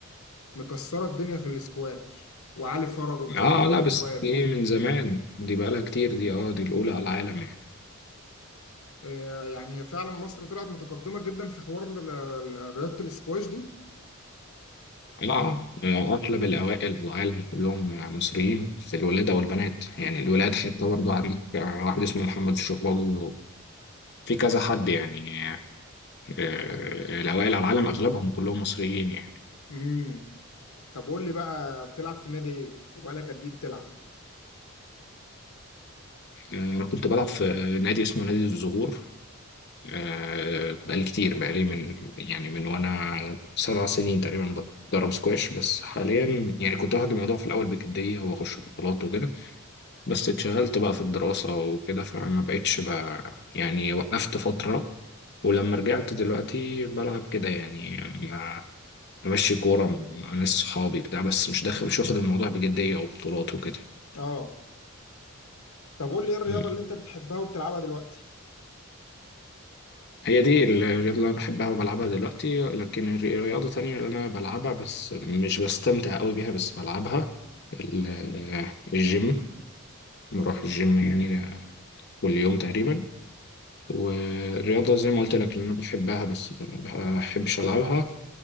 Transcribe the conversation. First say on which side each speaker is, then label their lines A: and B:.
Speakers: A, on the left; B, on the left.
A: مكسرة الدنيا في الاسكواش وعلي فرج وكريم
B: اه
A: عبد
B: لا بس
A: الجواد
B: دي من زمان دي بقالها كتير دي اه دي الاولى على العالم يعني.
A: آه يعني هي فعلا مصر طلعت متقدمة جدا في حوار ال- ال- رياضة الاسكواش دي
B: اه آه، اغلب الاوائل في العالم كلهم مصريين في الولادة والبنات يعني الولاد حتى برضه عندك آه، واحد اسمه محمد الشرباجي في كذا حد يعني آه، آه، الاوائل على العالم اغلبهم كلهم مصريين يعني
A: امم طب قول لي بقى بتلعب في نادي ايه وبقالك قد ايه بتلعب
B: آه، انا كنت بلعب في نادي اسمه نادي الزهور آه، بقالي كتير بقالي من يعني من وانا سبع سنين تقريبا بتدرب سكواش بس حاليا يعني كنت واخد الموضوع في الاول بجدية واخش بطولات وكده بس اتشغلت بقى في الدراسة وكده فما بقتش بقى يعني وقفت فترة ولما رجعت دلوقتي بلعب كده يعني مع- بمشي كورة مع ناس صحابي بتاع بس مش داخل مش واخد الموضوع بجدية أو بطولات وكده
A: اه طب قول لي ايه الرياضة
B: مم.
A: اللي انت بتحبها وبتلعبها دلوقتي
B: هي دي الرياضة اللي أنا بحبها وبلعبها دلوقتي لكن الري- الرياضة تانية اللي أنا بلعبها بس مش بستمتع أوي بيها بس بلعبها ال- الجيم بروح الجيم يعني كل يوم تقريبا والرياضة زي ما قلت لك اللي أنا بحبها بس ما بحبش ألعبها